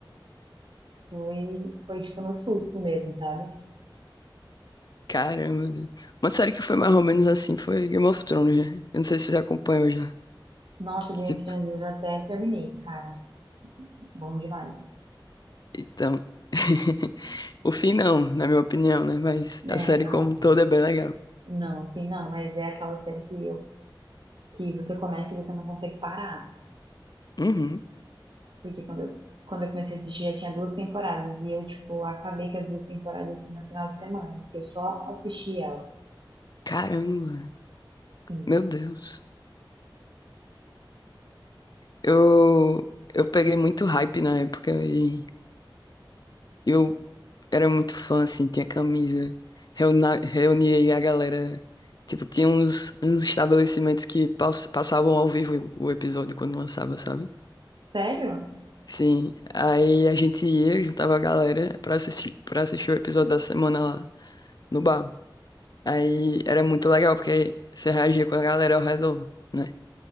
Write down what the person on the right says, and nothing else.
foi, foi tipo no susto mesmo, sabe?
Nossa, Game
of Thrones eu já até terminei, cara. Bom demais.
É,
Não,
não, sim, não. Mas é aquela série que, eu, que você começa e você não consegue parar.
Porque quando eu, quando eu comecei a assistir já tinha duas temporadas. E eu, tipo, acabei com as duas temporadas assim no final de semana. Porque eu só assisti ela.
Sim.
Sério?